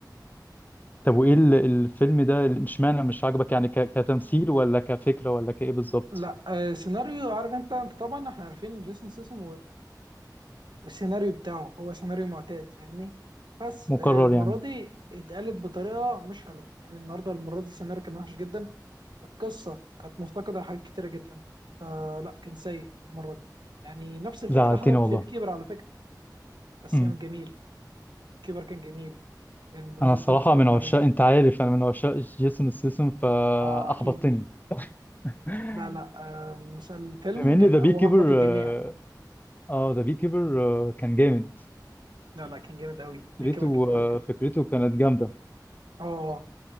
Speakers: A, on the left (about 25°); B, on the right (about 85°).
A: طب وايه ال- الفيلم ده اللي- مش معنى مش عاجبك يعني ك... كتمثيل ولا كفكره ولا كايه بالظبط
B: لا آه سيناريو عارف انت انت طبعا احنا عارفين جيسون سيسن والسيناريو بتاعه هو سيناريو معتاد فاهمني بس
A: مكرر
B: آه، المرة
A: يعني
B: دي اتقالت بطريقة مش حلوة يعني النهاردة المرة دي السيناريو كان وحش جدا القصة كانت مفتقدة لحاجات كتيرة جدا فلا كان سيء المرة دي يعني نفس الفكرة
A: زعلتني
B: حصلت
A: والله
B: في بيكيبر على فكرة بس
A: امم
B: كانت جميلة كيبر كان جميل كان بالنسبة
A: انا الصراحه
B: لي اتفرجت
A: من عشاق
B: عليه
A: انت عارف انا من عشاق جيسون ستاثام فاحبطتني
B: اه اكيد
A: <laughs>
B: لا لا آه، مثلا الفيلم
A: بما
B: كان
A: ان ذا
B: او
A: بي كيبر
B: احبط الجميع
A: اه آه، ذا بي كيبر آه، كان جامد
B: لا لا كان جامد قوي
A: فكرته
B: بيكيبر كان كويس
A: آه،
B: جدا
A: فكرته كانت جامده
B: اه آه،